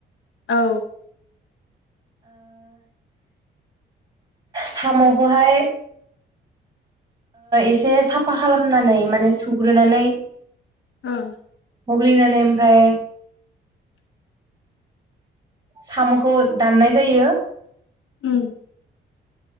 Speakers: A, on the left; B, on the right.
A: औ
B: सामखौहाय एसे साफा खालामनानै माने सुग्रोनानै
A: ओं
B: हग्लिनानै ओमफ्राय सामखौ दाननाय जायो
A: उम